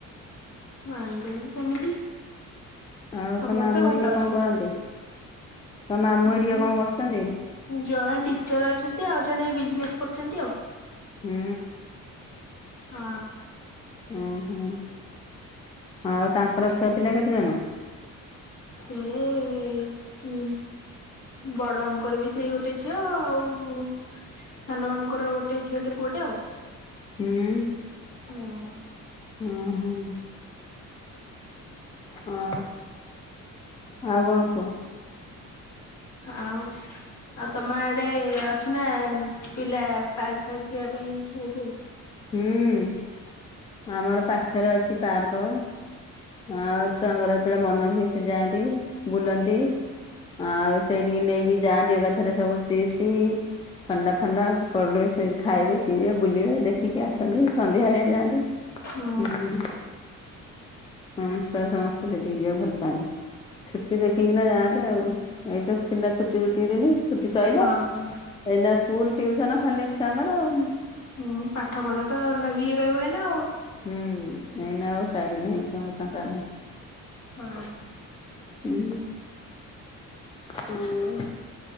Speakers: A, on the left; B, on the left.
A: ମାଇଁ ଙ୍କ ର ସେମିତି।
B: ଆଉ
A: ସମସ୍ତେ
B: ତୋ ମାମୁଁ
A: ଭଲ
B: ହେରିକା
A: ଅଛନ୍ତି।
B: କଣ କରନ୍ତି ତୋ ମାମୁଁ
A: ହୁଁ
B: ହେରିକା କଣ କରୁଚନ୍ତି?
A: ଜଣେ ଟିଚର୍ ଅଛନ୍ତି ଆଉ ଜଣେ ବିଜିନେସ୍ କରୁଛନ୍ତି ଆଉ।
B: ହୁଁ।
A: ହଁ।
B: ଓ ହୋ ଆଉ ତାଙ୍କର ଛୁଆ ପିଲା କେତେଜଣ?
A: ସେଇ ହୁଁ। ବଡ଼ ମାମୁଁ ଙ୍କ ର ବି ସେଇ ଗୋଟେ ଝିଅ ଆଉ ସାନ ମାମୁଁ ଙ୍କର ଗୋଟେ ଝିଅଟେ ପୁଅଟେ ଆଉ।
B: ହୁଁ।
A: ହୁଁ।
B: ହଁ ହଁ। ହଁ ଆଉ କଣ କୁହ?
A: ଆଉ ଆଉ ତମ ଆଡେ ଅଛି ନା ପିଲା ପାର୍କ ଫାର୍କ ଯିବା ପାଇଁ ସେ ସି
B: ହୁଁ ଆମର ପାଖରେ ଅଛି ପାର୍କ ଆଉ ଛୁଆଙ୍କର ଯେତେବେଳେ ମନ ହୁଏ ସେ ଯାଆନ୍ତି ଆଉ ସେଇଠିକି ନେଇକି ଯାଆନ୍ତି ଏକାଥରେ ସବୁ ଚିପ୍ସି। ଥଣ୍ଡା ଫଣ୍ଡା ପଡ଼ିଲେ ସେଇଠି ଖାଇବେ ପିଇବେ ବୁଲିବେ ଦେଖି ଦେଖିକି ଆସନ୍ତି ସଂଧ୍ୟା ଅଳିଆ ଯାଆନ୍ତି ହୁଁ।
A: ହଁ
B: ହମ ଛୁଆ ସମସ୍ତେ ସେଠିକି ଯିବାକୁ ଭଲ ପାଆନ୍ତି। ଛୁଟି ଦେଖିକିନା ଯାଆନ୍ତି ଆଉ ଏଇ ତ ଥିଲା ଛୁଟି ଯେତିକି ଦିନି ଛୁ ଛୁଟି ସରିଲା
A: ହଁ
B: ଏନା ସ୍କୁଲ ଟିଉସନ୍ ଖାଲି ଛୁଆଙ୍କର ଆଉ।
A: ହୁଁ ପାଠ ପଢା ତ ଲାଗିିକୁ ରହିବ ଏଇନେ ଆଉ।
B: ହୁଁ ଏଇନା ଆଉ ଟାଇମ ନାହିଁ ଛୁଆଙ୍କୁ ଫାଙ୍କା ନାହିଁ।
A: ହଁ।
B: ହୁଁ ହଁ।